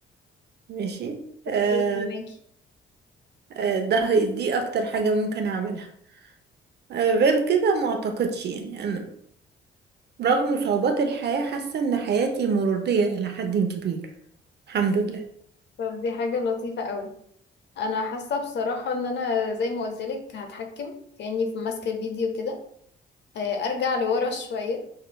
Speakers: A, on the right; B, on the left.
A: ماشي
B: اوكي
A: آه
B: فهماكي
A: آه ده هي- دي اكتر حاجة ممكن اعملها آه غير كده ما اعتقدش يعني انا رغم صعوبات الحياة حاسة ان حياتي مرضية الى حد كبير الحمد لله
B: طب دي حاجة لطيفة قوي انا حاسة بصراحة ان انا زي ما قلت لك هتحكم كأني في ماسكة فيديو كده آه، ارجع لورا شوية